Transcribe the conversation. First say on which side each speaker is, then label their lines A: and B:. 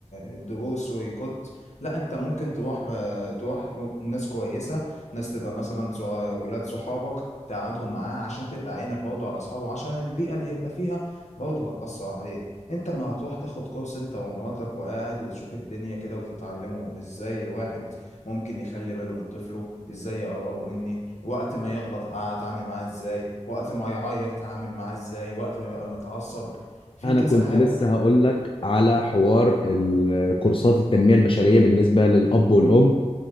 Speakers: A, on the left; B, on the left.
A: الدروس ويكت لا انت ممكن تروح تروح ناس كويسه ناس تبقى مثلا ص- ولاد صحابك تقعدهم معاه عشان تبقى عينك برضه على اصحابه عشان البيئه اللي هيبقى فيها برضه هتأثر عليه انت ما هتروح تاخد كورس انت ومراتك وقاعد وتشوف الدنيا كده وتتعلموا ازاي الواحد ممكن يخلي باله من طفله ازاي يقربه مني وقت ما يغلط اتعامل معاه ازاي وقت ما يعيط اتعامل معاه ازاي وقت ما يبقى متعصب في
B: انا
A: كذا
B: كنت
A: حاجة
B: لسه هقول لك على حوار ال- كورسات التنميه البشريه بالنسبه للاب والام